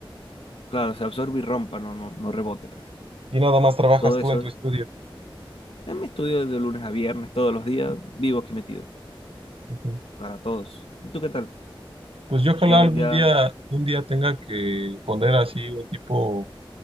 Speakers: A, on the left; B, on the right.
A: claro, se absorbe y rompa, no, no, no rebote, pues,
B: y nada más trabajas
A: todo
B: tú
A: eso,
B: en tu estudio.
A: en mi estudio de lunes a viernes, todos los días, vivo aquí metido,
B: Ujú.
A: para todos, ¿y tú qué tal?
B: Pues yo ojalá
A: Ya,
B: algún
A: ya,
B: día, un día tenga que poner así un tipo